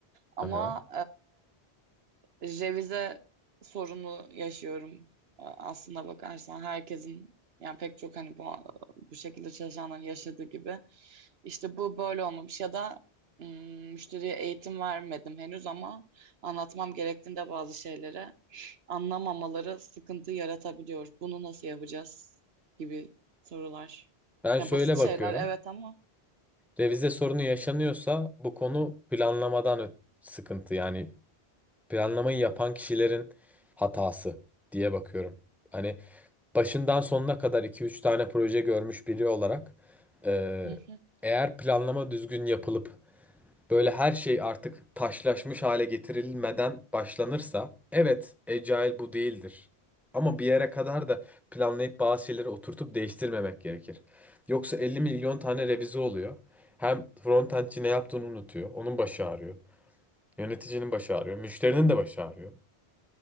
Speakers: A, on the right; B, in the centre.
A: Ama
B: Aha.
A: Revize sorunu yaşıyorum. A- Aslına bakarsan herkesin yani pek çok hani bu, bu şekilde çalışanların yaşadığı gibi. İşte bu böyle olmamış ya da ım, müşteriye eğitim vermedim henüz ama anlatmam gerektiğinde bazı şeyleri anlamamaları sıkıntı yaratabiliyor. Bunu nasıl yapacağız gibi sorular.
B: Ben
A: Ya
B: şöyle
A: basit şeyler
B: bakıyorum.
A: evet ama.
B: Revize sorunu yaşanıyorsa bu konu planlamadan ö- sıkıntı yani Planlamayı yapan kişilerin hatası diye bakıyorum. Hani başından sonuna kadar iki üç tane proje görmüş biri olarak e,
A: <laughs>
B: eğer planlama düzgün yapılıp böyle her şey artık taşlaşmış hale getirilmeden başlanırsa evet Agile bu değildir. Ama bir yere kadar da planlayıp bazı şeyleri oturtup değiştirmemek gerekir. Yoksa 50 milyon tane revize oluyor. Hem frontendçi ne yaptığını unutuyor. Onun başı ağrıyor. Yöneticinin başı ağrıyor. Müşterinin de başı ağrıyor.